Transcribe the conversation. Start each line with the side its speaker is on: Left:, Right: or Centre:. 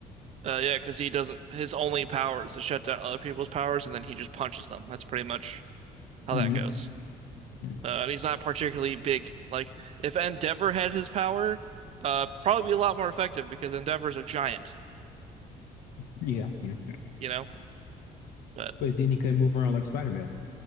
Right: Uh, yeah, because he doesn't. His only power is to shut down other people's powers, and then he just punches them. That's pretty much how
Left: hmm
Right: that goes.
Left: Yeah,
Right: Uh, and he's not particularly big. Like if Endeavor had his power, uh, probably be a lot more effective because Endeavor's a giant,
Left: yeah. yeah.
Right: you know. But
Left: But then he couldn't move around like Spider-Man.